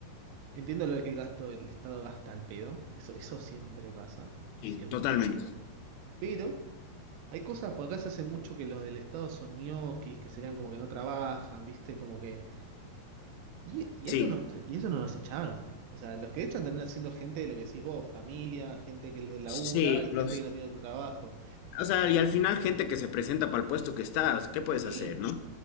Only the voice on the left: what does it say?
Sí,
totalmente.
Sí,
sí,
los
O sea, y al final gente que se presenta para el puesto que está, o sea, ¿qué puedes
hacer, no?